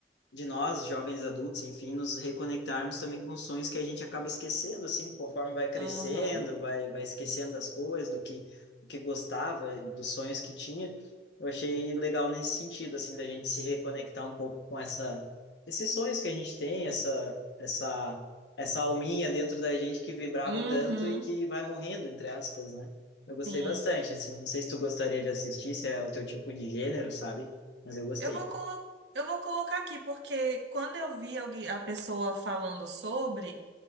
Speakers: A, on the left (about 90°); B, on the right (about 85°).
A: de nós, jovens adultos, enfim, nos reconectarmos também com sonhos que a gente acaba esquecendo, assim, conforme vai crescendo,
B: Aham.
A: vai, vai esquecendo das coisas, do que, do que gostava, dos sonhos que tinha. Eu achei legal nesse sentido, assim, da gente se reconectar um pouco com essa, esses sonhos que a gente tem, essa, essa, essa alminha dentro da gente que vibrava
B: Uhum.
A: tanto e que vai morrendo, entre aspas, né? Eu gostei
B: Sim.
A: bastante, assim, não sei se tu gostaria de assistir, se é o teu tipo de gênero, sabe? Mas eu gostei.
B: Eu vou colo- eu vou colocar aqui, porque quando eu vi alguém- a pessoa falando sobre,